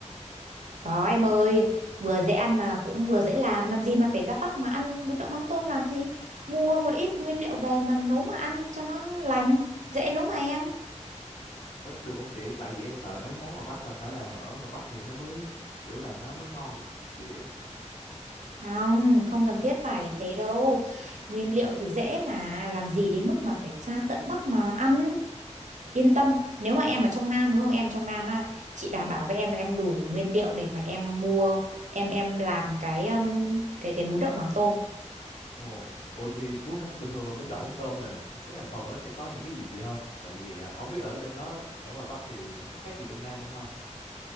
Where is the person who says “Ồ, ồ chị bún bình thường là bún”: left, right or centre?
Left